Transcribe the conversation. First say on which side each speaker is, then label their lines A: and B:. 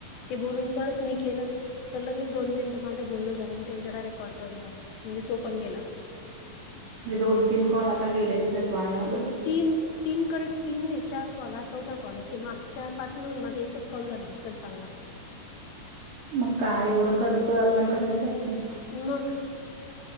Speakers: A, on the left; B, on the right.
A: ते बोलून परत मी केलं तर लगेच दोन मिनिट माझ बोलण झालं आणि त्यांचा डायरेट कॉल करून झाला म्हणजे तो पण गेला
B: म्हणजे दोन तीन कॉल आता गेलेच सतवाय
A: म्हणजे तीन तीनकडे तीन नाही चार कॉल चौदा कॉल असे मागच्या पाचमधून माझा एकच कॉल झाला असेल चांगला
B: मग काय एवढं करतोय आपण कशासाठी
A: मग